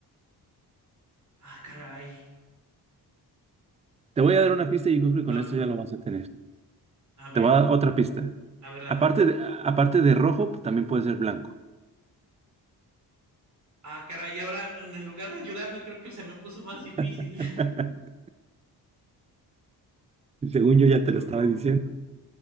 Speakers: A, on the right; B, on the right.
A: Ah, caray.
B: Te voy a dar una pista y yo creo que con
A: A ver,
B: esto ya lo vas a tener.
A: a ver,
B: Te voy a dar otra pista.
A: a ver, dame
B: Aparte
A: esa
B: de,
A: pista.
B: aparte de rojo, también puede ser blanco.
A: Ah, caray, ahora en lugar de ayudarme creo que se me puso más difícil.
B: <laughs>
A: <laughs>
B: Según yo
A: algo
B: ya te lo estaba
A: rojo.
B: diciendo.